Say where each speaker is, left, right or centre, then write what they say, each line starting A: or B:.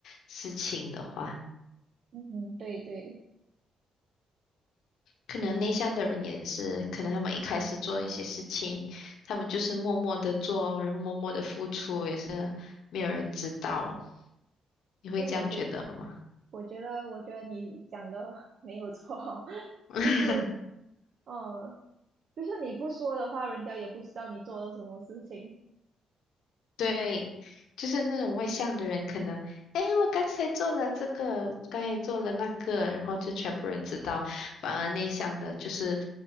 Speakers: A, on the left; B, on the right.
A: 事情的话。
B: 嗯，对对，
A: 可能内向的人也是，可能他们一开始做一些事情，他们就是默默的做，然后默默的付出，也是没有人知道。你会这样觉得吗？
B: 诶，我觉我觉得我觉得你讲的 <laughs> 没有错，<laughs>
A: <laughs>
B: 就是嗯，就是你不说的话，人家也不知道你做了什么事情。
A: 对，就是那种外向的人，可能，哎，我刚才做了这个，我刚才做了那个，然后就全部人知道。反而内向的，就是